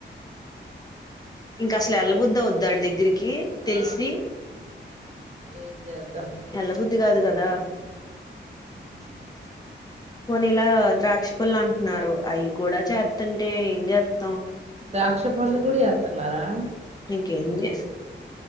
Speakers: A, on the left (about 20°); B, on the right (about 35°).
A: ఇంకా అసల ఎల్లబుద్ది అవుద్దా వాళ్ దగ్గరికి తెలిసి
B: ఆ ఏం చేద్దాం
A: ఎల్లా బుద్ధి కాదు కదా
B: అ
A: కొనీ ఇలా ద్రాక్ష పళ్లు అంటుఉన్నారు అయి కూడా చేస్తఅంటే ఏం చేస్తాం
B: ద్రాక్ష పండ్లు కూడా చేత్తు ఉన్నారా.
A: ఇంకేం చేస్